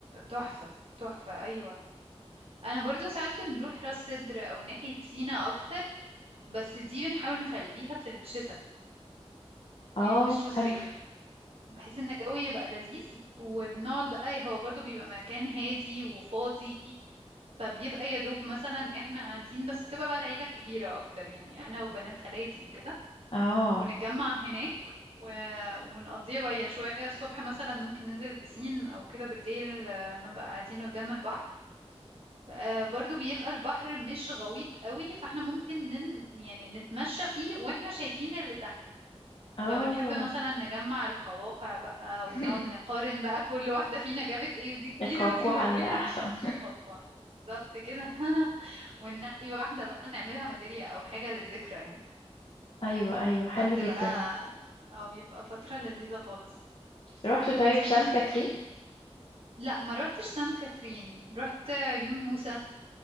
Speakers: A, on the right; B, on the left.
A: تحفة تحفة ايوه انا برضو ساعات بنروح راس سدر او ناحية سينا اكتر بس دي بنحاول نخليها في الشتاء
B: اه
A: يعني مش في الصيف
B: حلو
A: بحيث ان الجو يبقى لذيذ وبنقعد بقى هو برضو بيبقى مكان هادي وفاضي فبيبقى يا دوب مثلا احنا قاعدين بس بتبقى بقى العيلة الكبيرة اكتر يعني انا وبنات خالاتي وكده
B: اه
A: ونتجمع هناك و... ونقضيها بقى يا شوية الصبح مثلا ممكن ننزل البسين أو كده بالليل آه، نبقى قاعدين قدام البحر آه، برضو بيبقى البحر مش غويط قوي فاحنا ممكن نن... يعني نتمشى فيه واحنا شايفين اللي تحت
B: اه
A: فبنحب مثلا نجمع القواقع بقى
B: <laughs>
A: ونقعد نقارن بقى كل واحدة فينا جابت ايه ودي كبيرة
B: القوقعة
A: ودي ملونة
B: على احسن
A: قوقعة بالظبط كده <laughs> وننقي واحدة بقى نعملها ميدالية أو حاجة للذكرى يعني
B: ايوه ايوه حلو
A: فبتبقى
B: جدا
A: اه بيبقى فترة لذيذة خالص
B: رحت طيب
A: انتي
B: سان
A: س-
B: كاترين
A: لا ما روحتش سانت كاترين روحت عيون موسى